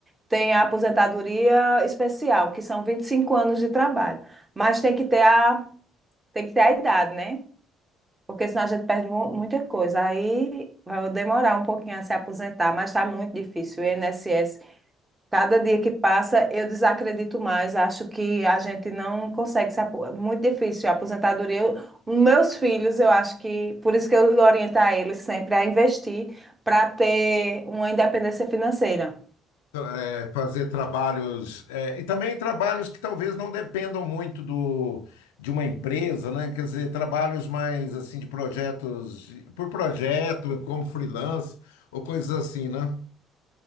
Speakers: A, on the right; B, on the left.
A: tem a aposentadoria especial, que são 25 anos de trabalho. Mas tem que ter a, tem que ter a idade, né? Porque senão a gente perde mu- muita coisa. Aí vai demorar um pouquinho a se aposentar, mas está muito difícil. O INSS, cada dia que passa, eu desacredito mais. Acho que a gente não consegue se aposentar. Muito difícil. A aposentadoria, eu- os meus filhos, eu acho que. Por isso que eu oriento a eles sempre a investir para ter uma independência financeira.
B: É, fazer trabalhos, é, e também trabalhos que talvez não dependam muito do, de uma empresa, né? Quer dizer, trabalhos mais, assim, de projetos, de- por projeto, como freelance, ou coisas assim, né?